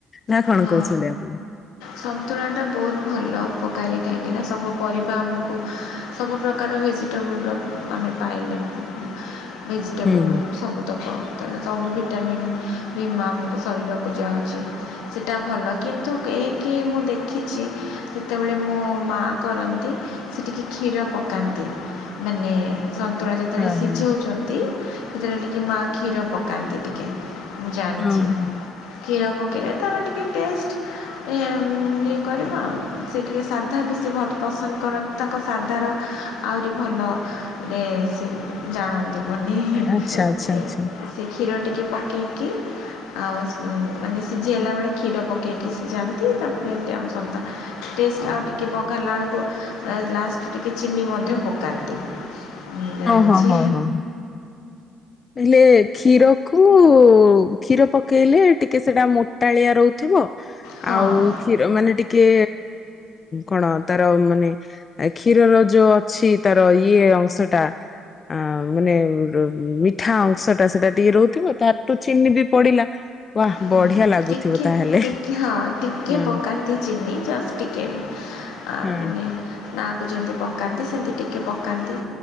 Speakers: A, on the left; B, on the left.
A: ନା କଣ
B: ହଁ।
A: କହୁଛନ୍ତି ଆପଣ
B: ସନ୍ତୁଳାଟା ବହୁତ ଭଲ ଉପକାରୀ କାହିଁକିନା ସବୁ ପରିବା ଆମକୁ ସବୁ ପ୍ରକାର ଭେଜିଟେବୁଲ୍ ର ମାନେ ପାଇଲେ ଭେଜିଟେବୁଲ୍
A: ହୁଁ
B: ସବୁ ତ କଣତେଣୁ ସବୁ ଭିଟାମିନ୍ ବି ଆମକୁ ଶରୀରକୁ ଯାଉଚି। ସେଇଟା ଭଲ କିନ୍ତୁ କେହିକି ମୁଁ ଦେଖିଛି ଯେତେବେଳେ ମୋ ମା କରନ୍ତି। ସେଟିକେ କ୍ଷୀର ପକାନ୍ତି ମାନେ ସନ୍ତୁଳା ଯେତେବେଳେ
A: ହଁ
B: ସିଝଉଛନ୍ତି
A: ହଁ
B: ସେତେବେଳେ ଟିକେ ମା କ୍ଷୀର ପକାନ୍ତି ଟିକେ। ମୁଁ ଜାଣିଚି,
A: ହଁ ହଁ।
B: କ୍ଷୀର ପକେଇଲେ ତାର ଟିକେ ଟେଷ୍ଟ୍। ଏମ୍ ଉଁ, ଇଏ କରିବ ସେ ଟିକେ ସାଧା ବି ସେ ଭଲ ପସନ୍ଦ କରନ ତାଙ୍କ ସାଦାର ଆହୁରି ଭଲ ରେ ସିଏ ବି ଜାଣନ୍ତି। ମାନେ
A: ଆଚ୍ଛା ଆଚ୍ଛା ଆଚ୍ଛା
B: ଏ ସେ କ୍ଷୀର ଟିକେ ପକେଇକି ଆଉ ସି ମାନେ ସିଝେ ଜେଇଲା ବେଳେ କ୍ଷୀର ପକେଇକି ସିଜାନ୍ତି। ତାପରେ ଯେମିତି ଆମେ ସନ୍ତୁଆ ଟେଷ୍ଟ ଆଉ ଟିକେ ବଘାରିଲା ବେଳକୁ ଏ ଲାଷ୍ଟ ଟିକେ ଚିନି ମଧ୍ୟ ପକାନ୍ତି। ଜାଣିଛି
A: ହଁ, ହଁ, ହଁ, ହଁ। ହେଲେ କ୍ଷୀର କୁ କ୍ଷୀର ପକେଇଲେ ଟିକେ ସେଟା ମୋଟାଳିଆ ରହୁଥିବ।
B: ହଁ
A: ଆଉ କ୍ଷୀର ମାନେ ଟିକେ କଣ ତାର ମାନେ କ୍ଷୀରର ଯୋଉ ଅଛି ତାର ଇଏ ଅଂଶ ଟା। ଆଉ ମାନେ ର-ମି ଠା ଅଂଶଟା ସେଟା ଟିକେ ରହୁଥିବ, ତାପରେ ଚିନି ବି ପଡିଲା। ବା
B: ହୁଁ,
A: ବଢିଆ ଲାଗୁଥିବ
B: ଟିକେ
A: ତାହେଲେ
B: ଟିକିଏ ହଁ ଟିକିଏ
A: ହଁ
B: ପକାନ୍ତି ଚିନି ଜଷ୍ଟ ଟିକିଏ ଏମି ଆ,
A: ହଁ
B: ମାନେ ନାଁ କୁ ଯେମିତି ପକାନ୍ତି ସେମିତି ଟିକେ ପକାନ୍ତି।